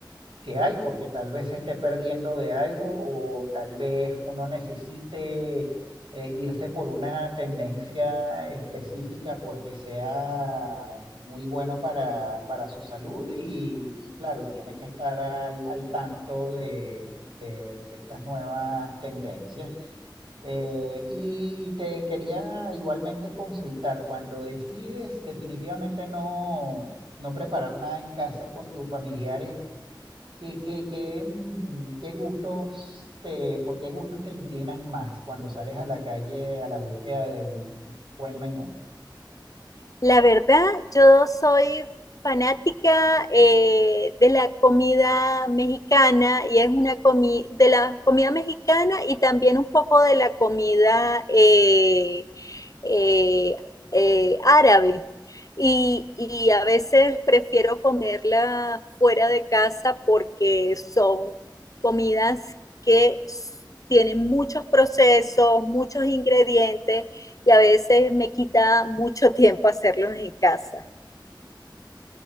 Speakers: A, on the right; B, on the left.
A: que hay, porque tal vez se esté perdiendo de algo o tal vez uno necesite eh, irse por una tendencia específica porque sea muy bueno para, para su salud y, y claro, y tiene que estar al, al tanto de, de- de estas nuevas tendencias. Eh, y, y te quería igualmente consultar, cuando decides definitivamente no, no preparar nada en casa con tus familiares, ¿Qué, qué, qué, mm, qué gustos te, por qué gustos te inclinas más cuando sales a la calle a la búsqueda de un buen menú?
B: La verdad, yo soy fanática eh, de la comida mexicana y es una comida de la comida mexicana y también un poco de la comida eh, eh, eh, árabe. Y, y a veces prefiero comerla fuera de casa porque son comidas que s- tienen muchos procesos, muchos ingredientes y a veces me quita mucho tiempo hacerlos en casa.